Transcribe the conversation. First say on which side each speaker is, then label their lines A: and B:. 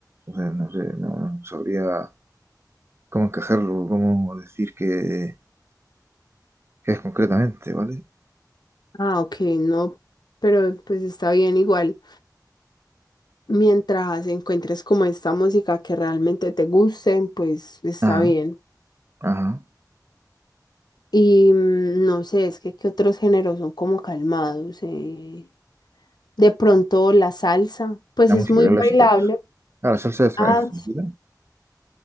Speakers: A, on the right; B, on the left.
A: Entonces, no sé, no, no sabría cómo encajarlo, cómo decir que, que es concretamente, ¿vale?
B: Ah, ok, no, pero pues está bien igual. Mientras encuentres como esta música que realmente te guste, pues está
A: Ajá,
B: bien.
A: ajá.
B: Y mm, no sé, es que qué otros géneros son como calmados. eh. De pronto la salsa, pues
A: La
B: es
A: música
B: muy bailable.
A: clásica. Ah, la salsa es,
B: Ah,
A: tra- es tranquila.
B: s-